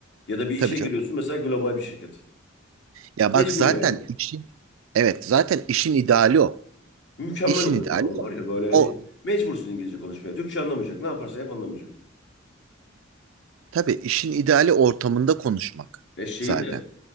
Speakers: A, on the left (about 60°); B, on the right (about 80°).
A: Ya da bir işe
B: tabii canım.
A: giriyorsun mesela global bir şirket.
B: Ya
A: Mecbur
B: bak zaten
A: yani.
B: işin evet zaten işin ideali o.
A: Mükemmel
B: İşin
A: oluyor
B: ideali
A: o zaman
B: o.
A: var ya böyle hani
B: O
A: mecbursun İngilizce konuşmaya. Türkçe anlamayacak. Ne yaparsa yap anlamayacak.
B: tabii işin ideali ortamında konuşmak
A: Ya şeyi
B: zaten.
A: de